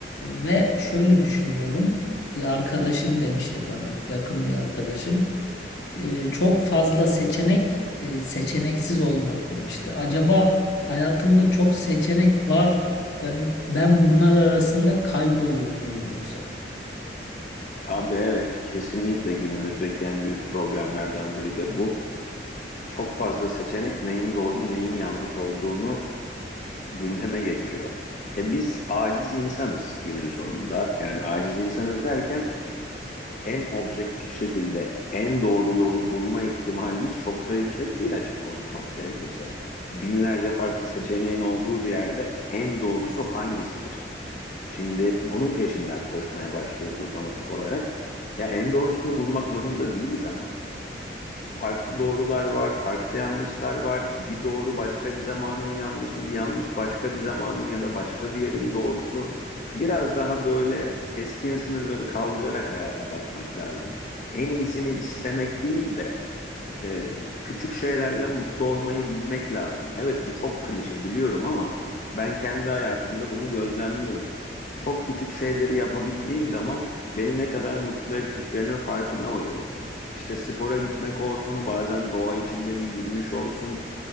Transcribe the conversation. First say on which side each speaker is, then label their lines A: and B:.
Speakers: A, on the left; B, on the left.
A: ve şöyle düşünüyorum. Bir arkadaşım demişti bana, yakın bir arkadaşım. E, çok fazla seçenek, e, seçeneksiz olmak demişti. Acaba hayatımda çok seçenek var ve ben bunlar arasında kayboluyor muyum yoksa?
B: Abi evet, kesinlikle günümüzdeki en büyük problemlerden biri de bu. Çok fazla seçenek neyin doğru, neyin yanlış olduğunu gündeme getiriyor. E biz aciz insanız günün sonunda. Yani aciz insanız derken en objektif şekilde en doğru yolu bulma ihtimalimiz çok da yüksek değil açık konuşmak gerekirse. Binlerce farklı seçeneğin olduğu bir yerde en doğrusu hangisidir? Şimdi bunun peşinden koşmaya başlıyoruz otomatik olarak. Ya en doğrusunu bulmak zorunda değiliz ama farklı doğrular var, farklı yanlışlar var. Bir doğru başka bir zamanın yanlışı, bir yanlış başka bir zamanın ya da başka bir yerin doğrusu. Biraz daha böyle keskin sınırları kaldırarak hayata bakmak lazım. En iyisini istemek değil de ee, küçük şeylerle mutlu olmayı bilmek lazım. Evet bu çok klişe biliyorum ama ben kendi hayatımda bunu gözlemliyorum. Çok küçük şeyleri yapabildiğim zaman beni ne kadar mutlu ettiklerinin farkına varıyorum. İşte spora gitmek olsun, bazen doğa içinde bir yürüyüş olsun,